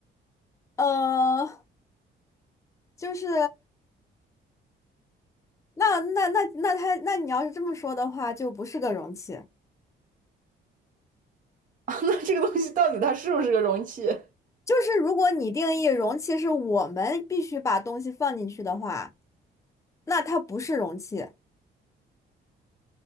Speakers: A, on the left; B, on the right.
A: 呃，就是那那那那它那你要是这么说的话，就不是个容器。
B: <laughs> 啊，那这个东西到底它是不是个容器？
A: 就是如果你定义容器是我们必须把东西放进去的话，那它不是容器。